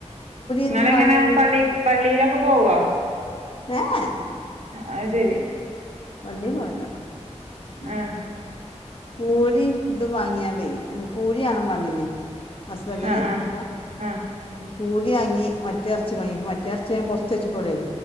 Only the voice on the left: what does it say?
ഇതും വാങ്ങീന്
ഏഎ
പള്ളി പോവണ്ടാ.
കൂരി ഇത് വാങ്ങിയാടെ കൂരി ആണ് മണിന്. ഹസ്ബന്റിന്
അപ്പോ
കൂഴിയാങ്ങി. മറ്റേ ഇറച്ചി ഭയ. മറ്റേ ഇറച്ചി ഞാൻ കൊറച്ച് വെച്ചിട്ടോളേ.